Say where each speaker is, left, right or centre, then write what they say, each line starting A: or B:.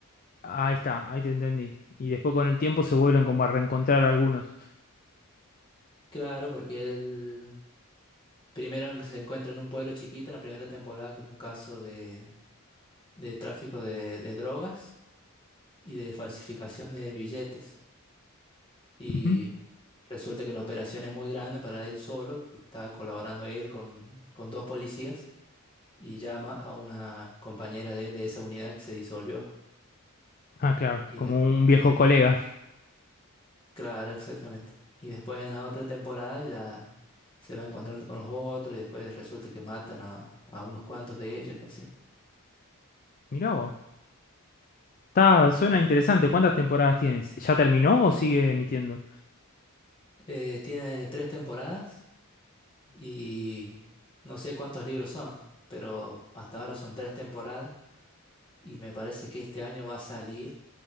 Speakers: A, on the left; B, on the left.
A: ahí está, ahí te entendí. Y después con el tiempo se vuelven como a reencontrar algunos.
B: Claro, porque él primero se encuentra en un pueblo chiquito en la primera temporada con un caso de, de tráfico de, de drogas y de falsificación de billetes. Y
A: Ujú.
B: resulta que la operación es muy grande para él solo, porque estaba colaborando él con, con dos policías. y llama a una compañera de él de esa unidad que se disolvió.
A: Ah, claro,
B: Y,
A: como
B: de-
A: un viejo
B: y de-
A: colega.
B: claro, exactamente. Y después en la otra temporada ya se va encontrando con los otros y después resulta que matan a, a unos cuantos de ellos y así.
A: Mirá vos. Está, suena interesante. ¿Cuántas temporadas tienes? ¿Ya terminó o sigue emitiendo?
B: Eh, tiene tres temporadas y no sé cuántos libros son, pero hasta ahora son tres temporadas y me parece que este año va a salir